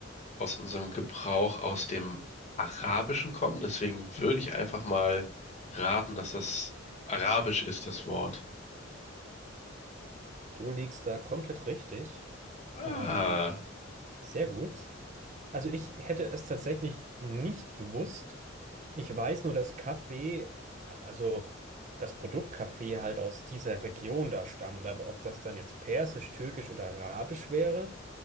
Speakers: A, on the left; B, on the right.
A: aus unserem Gebrauch aus dem Arabischen kommen, deswegen würde ich einfach mal raten, dass das Arabisch ist, das Wort.
B: Du liegst da komplett richtig.
A: Ah,
B: Ähm, sehr gut. Also ich hätte es tatsächlich nicht gewusst. Ich weiß nur, dass Kaffee, ja, also das Produkt Kaffee halt aus dieser Region da stammt. Aber ob das dann jetzt Persisch, Türkisch oder Arabisch wäre,